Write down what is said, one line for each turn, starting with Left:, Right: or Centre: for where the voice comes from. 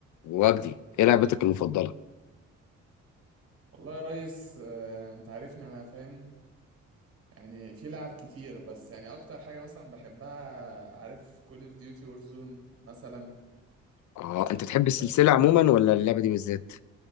Left: وجدي ايه لعبتك المفضله
Right: والله يا ريس آه، انت عارفني انا فاهم يعني في لعب كتير بس يعني اكتر حاجة مثلا بحبها عارف كول اوف ديوتي وورزون مثلا
Left: اه
Right: ده
Left: انت تحب
Right: ده
Left: السلسله عموما ولا اللعبه دي بالذات